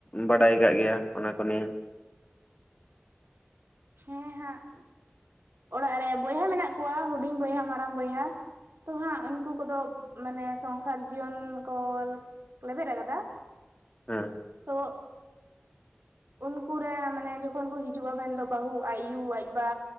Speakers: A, on the left; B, on the right.
A: ᱵᱟᱰᱟᱭ ᱟᱠᱟᱜ ᱜᱮᱭᱟ ᱚᱱᱟ ᱠᱚ ᱱᱤᱭᱟ᱾
B: ᱦᱮᱸ ᱦᱟᱸᱜ ᱚᱲᱟᱜ ᱨᱮ ᱵᱚᱭᱦᱟ ᱢᱮᱱᱟᱜ ᱠᱚᱣᱟ ᱦᱩᱰᱤᱧ ᱵᱚᱭᱦᱟ ᱢᱟᱨᱟᱝ ᱵᱚᱭᱦᱟ ᱛᱚ ᱦᱟᱸᱜ ᱩᱱᱠᱩ ᱠᱚᱫᱚ ᱢᱟᱱᱮ ᱥᱚᱝᱥᱟᱨ ᱡᱤᱭᱚᱱ ᱠᱚ ᱞᱮᱵᱮᱫ ᱟᱠᱟᱫᱟ᱾
A: ᱦᱮᱸ᱾
B: ᱛᱚ ᱩᱱᱠᱩᱨᱮ ᱢᱟᱱᱮ ᱡᱚᱠᱷᱚᱱ ᱠᱚ ᱦᱤᱡᱩᱜᱼᱟ ᱢᱮᱱᱫᱚ ᱵᱟᱹᱦᱩ ᱟᱭᱩ ᱟᱡ ᱵᱟ